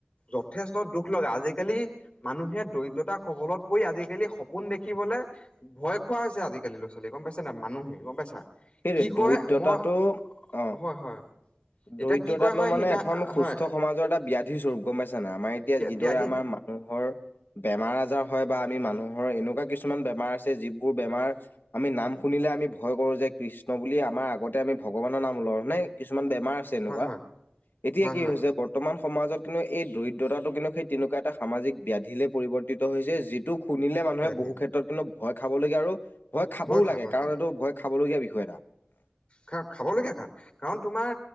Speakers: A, on the left; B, on the left.
A: যথেষ্ট দুখ লগা। আজিকালি মানুহে দৰিদ্ৰতা কবলত পৰি, আজিকালি সপোন দেখিবলৈ ভয় খোৱা হৈছে। আজিকালি ল'ৰা- ছোৱালীয়ে গম পাইছানে নাই, মানুহে গম পাইছা।
B: সেইটোৱে
A: কি কয়
B: দৰিদ্ৰতাটো
A: মই
B: অ।
A: হয়- হয়। এতিয়া
B: দৰিদ্ৰতাটো
A: কি কয় হয়
B: মানে
A: সিদিনা
B: এখন সুস্থ
A: হয়
B: সমাজৰ এটা ব্যাধি স্বৰূপ, গম পাইছানে নাই। আমাৰ এতিয়া যিদৰে
A: ব্যাধি
B: আমাৰ
A: <inaudible>
B: মানুহৰ বেমাৰ- আজাৰ হয়, বা আমি মানুহৰ এনেকুৱা কিছুমান বেমাৰ আছে। যিবোৰ বেমাৰ আমি নাম শুনিলে আমি ভয় কৰো যে কৃষ্ণ বুলি, আমাৰ আগতে আমি ভগৱানৰ নাম লও। হয়নে কৃষ্ণ কিছুমান বেমাৰ আছে এনেকুৱা।
A: হয় হয়
B: এতিয়া
A: হয়
B: কি
A: হয়
B: হৈছে বৰ্তমান সমাজত লৈ এই দৰিদ্ৰতাটো কিন্তু সেই তেনেকুৱা এটা সামাজিক ব্যাধিলে পৰিৱৰ্তিত হৈছে। যিটো শুনিলে মানুহে
A: ব্যাধি
B: বহু ক্ষেত্ৰত কিন্তু ভয় খাবলগীয়া। আৰু ভয় খাবও
A: খা
B: লাগে।
A: ভয়
B: কাৰণ
A: খা
B: এইটো ভয় খাবলগীয়া বিষয় এটা।
A: খা- খাবলগীয়া। কাৰণ, তোমাৰ